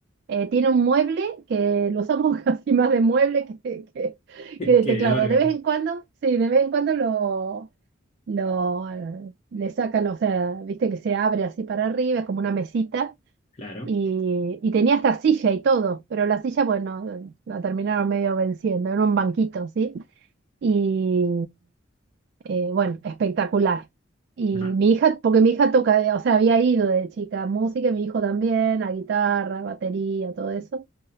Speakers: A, on the right; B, on the left.
A: Eh, tiene un mueble que lo usamos <laughs> casi más de mueble que, que,
B: <laughs>
A: que de
B: qué
A: teclado.
B: de órgano,
A: De vez en cuando, sí, de vez en cuando lo, lo le sacan, o sea, viste que se abre así para arriba, es como una mesita
B: claro.
A: y, y tenía hasta silla y todo, pero la silla, bueno, eh, la terminaron medio venciendo, era un banquito, ¿sí? Y eh, bueno, espectacular. Y
B: nada
A: mi hija, porque mi hija toca, eh, o sea, había ido de chica a música, y mi hijo también, a guitarra, batería, todo eso,